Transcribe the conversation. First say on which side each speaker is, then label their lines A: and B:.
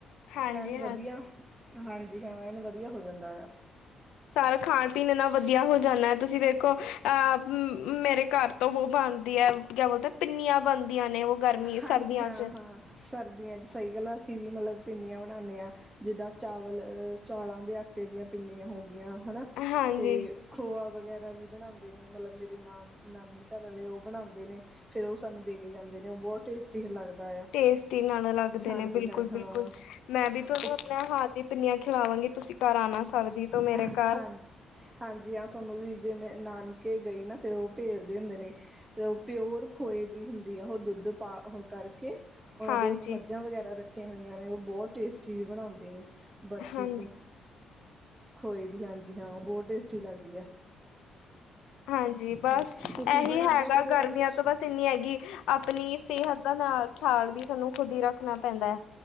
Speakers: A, on the left (about 85°); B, on the right (about 20°).
A: ਹਾਂਜੀ-ਹਾਂਜੀ।
B: ਐਨ ਵਧੀਆ, ਹਾਂਜੀ ਹਾਂ, ਐਨ ਵਧੀਆ ਹੋ ਜਾਂਦਾ ਆ।
A: ਸਾਰਾ ਖਾਣ ਪੀਣ ਇਨਾ ਵਧੀਆ ਹੋ ਜਾਂਦਾ ਹੈ। ਤੁਸੀਂ ਵੇਖੋ ਅਹ ਮੇਰੇ ਘਰ ਤੋਂ ਵੋ ਬਣਦੀ ਹੈ। ਕਿਆ ਬੋਲਦੇ, ਓਹ ਪਿੰਨੀਆਂ ਬਣਦੀਆਂ ਨੇ ਉਹ ਗਰਮੀ ਸਰਦੀਆਂ
B: ਹਾਂਜੀ ਹਾਂ
A: ਚ।
B: ਹਾਂ ਸਰਦੀਆਂ 'ਚ ਸਹੀ ਗੱਲਾਂ ਅਸੀਂ ਵੀ ਮਤਲਬ ਪਿੰਨੀਆਂ ਬਣਾਉਂਦੇ ਹਾਂ। ਜਿੱਦਾਂ ਚਾਵਲ ਅਹ! ! ਚੌਲਾਂ ਦੇ ਆਟੇ ਦੀਆਂ ਪਿੰਨੀਆਂ ਹੋ ਗਈਆਂ ਹਨਾ।
A: ਹਾਂਜੀ
B: ਤੇ ਖੋਆ ਵਗੈਰਾ ਵੀ ਬਣਾਉਂਦੇ ਨੇ। ਮਤਲਬ ਮੇਰੇ ਨਾਨੀ ਘਰ ਵਾਲੇ ਉਹ ਬਣਾਉਂਦੇ ਨੇ। ਫੇਰ ਉਹ ਸਾਨੂੰ ਦੇ ਕੇ ਜਾਂਦੇ ਨੇ। ਉਹ ਬਹੁਤ ਟੇਸਟੀ ਲੱਗਦਾ। ਆ
A: ਟੇਸਟੀ ਨਾਲ ਲੱਗਦੇ
B: ਹਾਂਜੀ
A: ਨੇ, ਬਿਲਕੁਲ
B: ਹਾਂ ਹਾਂ
A: -ਬਿਲਕੁਲ, ਮੈਂ ਵੀ ਤੁਹਾਨੂੰ
B: ਉਹ
A: ਆਪਣਾ ਹਥ ਦੀ ਪਿੰਨੀਆਂ ਖਿਲਾਵਾਂਗੀ ਤੁਸੀਂ ਘਰ ਆਣਾ ਸਰਦੀ ਤੋਂ ਮੇਰੇ
B: ਹਾਂ
A: ਘਰ
B: ਹਾਂਜੀ ਹਾਂ, ਤੁਹਾਨੂੰ ਵੀ ਜਿਵੇਂ ਨਾਨਕੇ ਗਈ ਨਾ ਫੇਿਰ ਉਹ ਭੇਜਦੇ ਹੁੰਦੇ ਨੇ। ਉਹ ਪਿਓਰ ਖੋਏ ਦੀ ਹੁੰਦੀ ਆ ਉਹ ਦੁੱਧ ਪਾ ਕਰਕੇ ਉਹਨਾਂ
A: ਹਾਂਜੀ
B: ਦੇ ਮੱਝਾਂ ਵਗੈਰਾ ਰੱਖੀਆਂ ਹੋਈਆਂ ਨੇ। ਉਹ ਬਹੁਤ ਟੇਸਟੀ ਬਣਾਉਂਦੇ ਨੇ ਬਰਫ਼ੀ
A: ਹਾਂਜੀ
B: ਖੋਏ ਦੀਆ ਹਾਂਜੀ ਹਾਂ ਉਹ ਬਹੁਤ ਟੇਸਟੀ ਲੱਗਦੀ ਆ।
A: ਹਾਂਜੀ, ਬਸ
B: ਹਾਂਜੀ ਤੁਸੀਂ
A: ਇਹੀ
B: ਬਣਾਉਂਦੇ
A: ਹੈਗਾ
B: ਹੋ ਕਦੇ
A: ਗਰਮੀਆਂ
B: ਕੁਛ
A: ਤੋਂ ਬਸ ਇੰਨੀ ਹੈਗੀ ਆਪਣੀ ਸਿਹਤ ਦਾ ਖਿਆਲ ਵੀ ਸਾਨੂੰ ਖੁਦ ਹੀ ਰੱਖਣਾ ਪੈਂਦਾ ਹੈ।